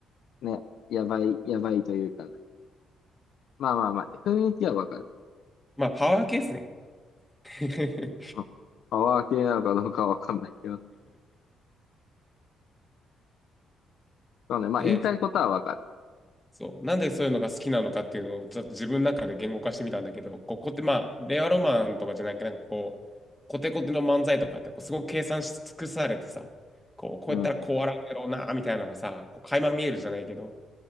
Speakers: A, on the left; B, in the centre.
A: ね、やばい、やばいというか、まあまあまあ、雰囲気はわかる。
B: まあ、パワー系っすね。<laughs>
A: うんパワー系なのかどうかはわかんないけど、そうね、まあ言いたいことはわかる。
B: で、そう。なんでそういうのが好きなのかっていうのをちょっと自分の中で言語化してみたんだけど、こう、こって、まあ、令和ロマンとかじゃなくて、なんかこう、コテコテの漫才とかってこうすごく計算し尽くされてさ、こう、こうやったらこう笑うやろうな、
A: うんうん。
B: みたいなのがさ、こう、垣間見えるじゃないけど、